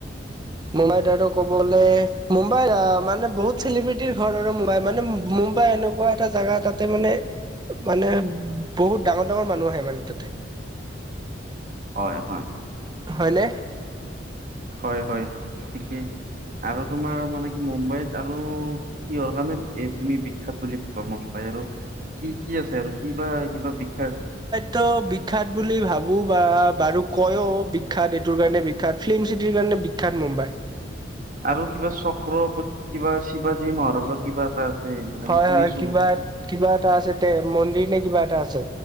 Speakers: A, on the right; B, on the right.
A: মুম্বাইত আৰু ক'ব গলে, মুম্বাইত আ মানে বহুত চেলিব্ৰিটিৰ ঘৰ আৰু মুম্বাই মানে মূ্ মুম্বাই এনেকুৱা এটা জাগা তাতে মানে মানে বহুত ডাঙৰ - ডাঙৰ মানুহ আহে মানে তাতে।
B: হয় হয়।
A: হয়নে?
B: হয় হয় হয় ঠিকেই আৰু তোমাৰ মানে কি মুম্বাইত আৰু কিহৰ কাৰণে এ তুমি বিখ্যাত বুলি কোৱা মুম্বাই আৰু? কি কি আছে আৰু কিবা কিবা বিখ্যাত?
A: ত বিখ্যাত বুলি ভাবো বা বাৰু কৈও বিখ্যাত এইটোৰ কাৰণে বি খ্যাত ফিল্ম চিটিৰ কাৰণে বিখ্যাত মুম্বাই।
B: আৰু কিবা চক্ৰ পত কিবা শিৱাজী মহাৰাজৰ কিবা এটা আছে? মানে
A: হয়
B: মই শুনিছো
A: হয় কিবা কিবা এটা আছে তে মন্দিৰ নে কিবা এটা আছে?